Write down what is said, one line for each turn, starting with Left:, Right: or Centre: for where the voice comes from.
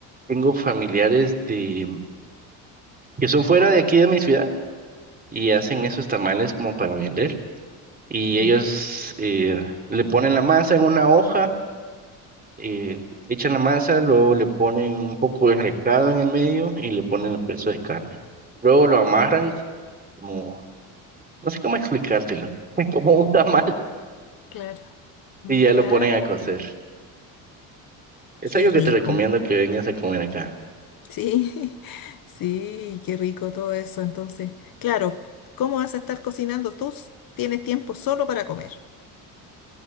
Right: tengo familiares de, que son fuera de aquí de mi ciudad y hacen esos tamales como para vender. Y ellos
Left: mm.
Right: eh, le ponen la masa en una hoja, eh, echan la masa, luego le ponen un poco de recado en el medio y le ponen el pedazo de carne. Luego lo amarran como, no sé cómo explicártelo, <laughs> como un tamal
Left: Claro. Mira,
Right: y ya lo ponen a cocer. Es
Left: qué
Right: algo que
Left: rico.
Right: te recomiendo que vengas a comer acá.
Left: Sí, <laughs> sí, qué rico todo eso. Entonces, claro, ¿cómo vas a estar cocinando? Tú s- tienes tiempo solo para comer.